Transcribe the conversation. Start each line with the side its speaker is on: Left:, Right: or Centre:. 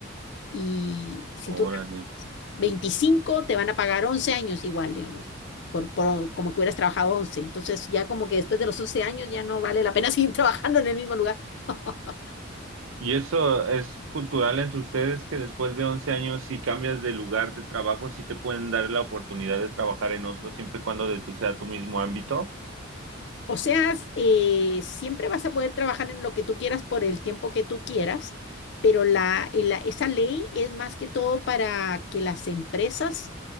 Left: Y si
Right: Órale.
Left: tú veinticinco te van a pagar 11 años igual, digamos, por, por como que hubieras trabajado once Entonces ya como que después de los 11 años ya no vale la pena <laughs> seguir trabajando en el mismo lugar. <laughs>
Right: ¿Y eso es cultural entre ustedes que después de 11 años, si cambias de lugar de trabajo, sí te pueden dar la oportunidad de trabajar en otro siempre y cuando de tu sea tu mismo ámbito?
Left: O sea, eh, siempre vas a poder trabajar en lo que tú quieras por el tiempo que tú quieras, pero la, eh, la- esa ley es más que todo para que las empresas